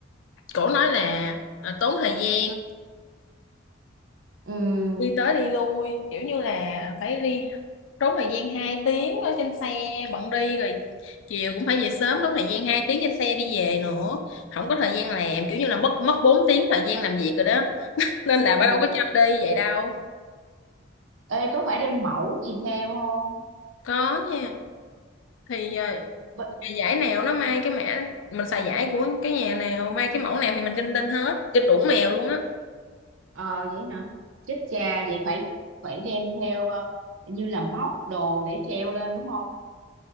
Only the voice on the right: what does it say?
ừ
ừ
ê có phải đem mẫu gì theo không
B
ờ vậy hả chết cha vậy phải phải đem theo ờ, như là móc đồ để treo lên đúng không